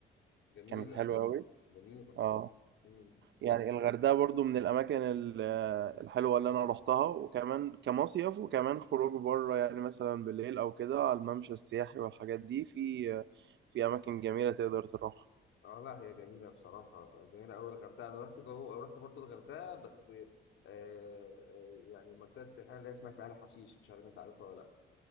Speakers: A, on the left; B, on the right.
A: جميلة
B: كانت حلوة قوي
A: جميلة
B: اه
A: مم.
B: يعني الغردقة برضو من الاماكن ال- آه، الحلوة اللي انا رحتها وكمان كمصيف وكمان خروج بره يعني مثلا بالليل او كده على الممشى السياحي والحاجات دي في آه، في اماكن جميلة تقدر تروحها
A: اه لا هي جميلة بصراحة جميلة اوي الغردقة انا رحت جوه رحت برضو الغردقة بس آه آه، يعني المنطقة السياحية اللي هي اسمها سهل حشيش مش عارف انت عارفها ولا لا